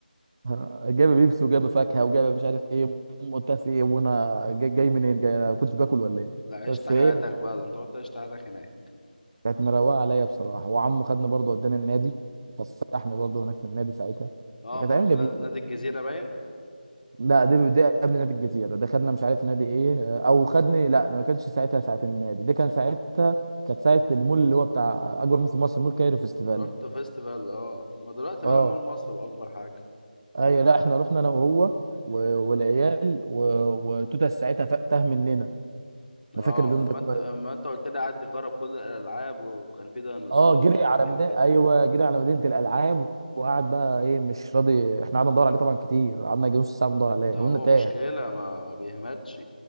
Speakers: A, on the right; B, on the left.
A: <laughs> آه، جايبه بيبسي وجايبه فاكهه وجايبه مش عارف ايه أم قلت لها في ايه وانا جاي, جاي منين جاي انا ما كنتش باكل ولا ايه
B: لا عشت
A: بس
B: حياتك
A: ايه
B: بقى ده انت رحت عشت حياتك هناك
A: كانت مروقه عليا بصراحه وعمه خدني برضه وداني النادي فسحني برضه هناك في النادي ساعتها
B: اه
A: كانت
B: ما
A: ايام
B: رحت
A: جميله
B: نادي الجزيرة باين
A: لا دي دي قبل نادي الجزيره ده خدنا مش عارف نادي ايه آه، او خدني لا ده ما كانش ساعتها ساعه النادي دي كان ساعتها كانت ساعه المول اللي هو بتاع اكبر مول في مصر مول كايرو فيستيفال
B: رحت فيستيفال اه ما دلوقتي
A: اه
B: بقى مول مصر بقى اكبر حاجه
A: ايوه لا احنا رحنا انا وهو و- والعيال و- وتوتة ساعتها ف- تاه مننا
B: اه
A: انا فاكر اليوم
B: ما
A: ده كويس
B: انت ما انت قلت لي قعد يجرب كل الالعاب وكان في ديناصور
A: اه جري
B: ومش عارف
A: على
B: ايه
A: مدينه
B: وكده
A: ايوه جري على مدينه الالعاب وقعد بقى ايه مش راضي احنا قعدنا ندور عليه طبعا كتير قعدنا يجي نص ساعه بندور عليه
B: ده هو
A: قلنا تاه
B: مشكله ما ما بيهمتش